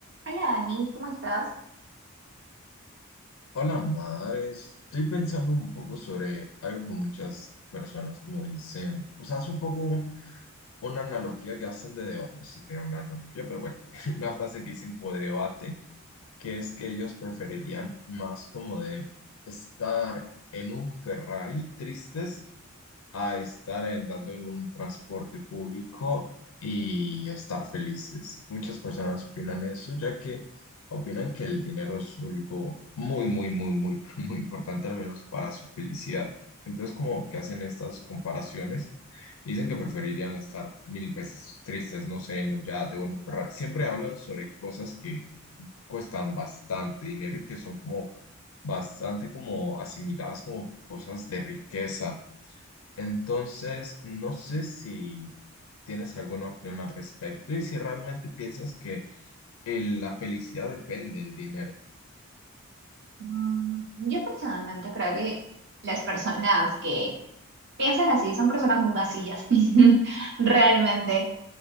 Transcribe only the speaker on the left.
Hola, madre. Estoy pensando un poco sobre algo que muchas personas como dicen, o sea, es un poco una analogía que hacen de debate, no sé si era una analogía, pero bueno, <laughs> una frase que dicen como de debate, que es que ellos preferirían más como de estar en un Ferrari tristes a estar andando en un transporte público y estar felices. Muchas personas opinan eso, ya que opinan que el dinero es algo muy, muy, muy, muy, <laughs> muy importante, al menos para su felicidad. Entonces, como que hacen estas comparaciones, dicen que preferirían estar mil veces tristes, no sé, en un yate o en un Ferrari. Siempre hablan sobre cosas que cuestan bastante dinero y que son como bastante como asimiladas como cosas de riqueza. Entonces, no sé si tienes alguna opinión al respecto y si realmente piensas que el- la felicidad depende del dinero.